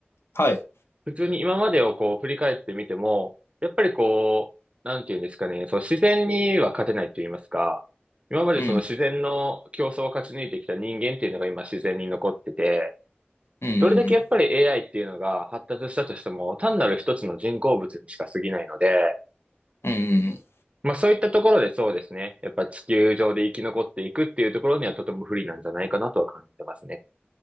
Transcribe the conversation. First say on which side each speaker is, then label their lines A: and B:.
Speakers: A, on the left; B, on the right.
A: はい。
B: 普通に今までをこう振り返ってみても、やっぱりこう、なんていうんですかね、その自然には勝てないと言いますか、今までその自然の競争を勝ち抜いてきた人間っていうのが今自然に残ってて、
A: うん。うんうんうん
B: どれだけやっぱり AI っていうのが発達したとしても、単なる一つの人工物にしか過ぎないので、
A: はいうんうんうん。
B: まあそういったところでそうですね、やっぱ地球上で生き残っていくっていうところにはとても不利なんじゃないかなとは感じてますね。